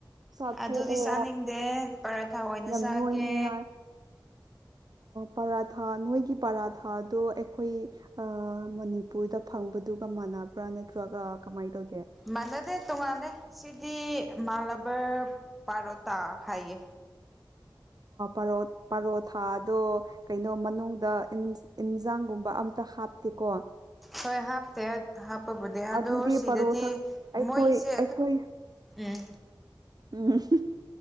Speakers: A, on the right (about 50°); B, in the centre.
A: ꯁꯥꯊꯣ
B: ꯑꯗꯨꯗꯤ
A: ꯑꯣ
B: ꯆꯥꯅꯤꯡꯗꯦ ꯄꯔꯥꯊꯥ ꯑꯣꯏꯅ
A: ꯌꯥꯝ
B: ꯆꯥꯒꯦ
A: ꯅꯣꯏꯅꯤꯉꯥꯏ ꯄꯔꯥꯊꯥ ꯅꯣꯏꯒꯤ ꯄꯔꯥꯊꯥꯗꯣ ꯑꯩꯈꯣꯏ ꯃꯅꯤꯄꯨꯔꯗ ꯐꯪꯕ ꯑꯗꯨꯒ ꯃꯥꯟꯅꯕ꯭ꯔꯥ ꯅꯠꯇ꯭ꯔꯒ ꯀꯃꯥꯏ ꯇꯧ
B: ꯃꯅꯗ ꯇꯣꯉꯥꯟꯂꯦ ꯁꯤꯗꯤ ꯃꯥꯂꯕ ꯄꯥꯔꯣꯇꯥ ꯍꯥꯏꯌꯦ
A: ꯑꯔ ꯄꯔꯣꯊꯥꯗꯣ ꯀꯩꯅꯣ ꯃꯅꯨꯡꯗ ꯏꯟꯖꯥꯡꯒꯨꯝꯕ ꯑꯝꯇ ꯇ ꯍꯥꯞꯇꯀꯣ
B: ꯍꯣꯏ ꯍꯥꯞꯇꯦ ꯍꯥꯞꯄꯕꯨꯗꯤ ꯑꯗꯣ
A: ꯑꯗꯨꯗꯤ
B: ꯁꯤꯗꯗꯤ
A: ꯄꯔꯣꯊꯥ ꯑꯩꯈꯣꯏ
B: ꯃꯣꯏꯁꯦ
A: ꯑꯩꯈꯣꯏ
B: ꯎꯝ
A: ꯎꯝ